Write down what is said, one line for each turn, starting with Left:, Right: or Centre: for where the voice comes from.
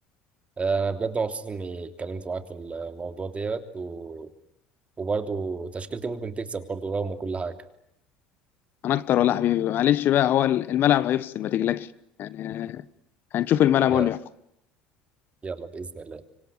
Right: آه بجد مبسوط اني اتكلمت معاك في الموضوع ديت و... وبرضه تشكيلتي ممكن تكسب برضه رغم كل حاجه
Left: انا اكتر ولا حبيبي معلش بقى هو الملعب هيفصل ما تقلقش يعني آه، هنشوف الملعب
Right: يا-
Left: هو اللي
Right: يلا باذن الله